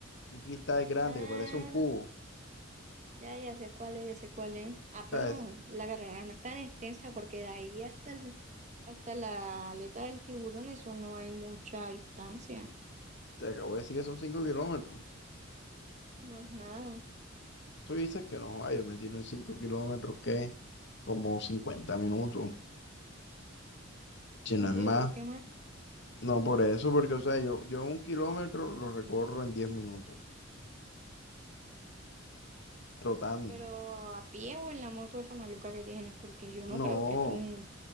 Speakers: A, on the left; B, on the right.
A: Un cristal grande
B: Ah,
A: que parece un cubo.
B: ya, ya sé cuál es, ya sé cuál es. Ah,
A: O
B: pero
A: sea, es-
B: la carrera no es tan extensa porque de ahí hasta el, hasta la aleta del tiburón, eso no hay mucha distancia.
A: te acabo de decir que son cinco kilómetros.
B: No es nada.
A: Tú dices que no, ay, yo me tiro en 5 kilómetros, ¿qué? Como 50 minutos. Si
B: No,
A: no
B: hombre,
A: es más,
B: yo creo que más.
A: no por eso, porque, o sea, yo, yo un kilómetro lo recorro en 10 minutos, trotando.
B: Pero a pie o en la moto esa maluca que tienes, porque yo
A: No,
B: no creo que tú,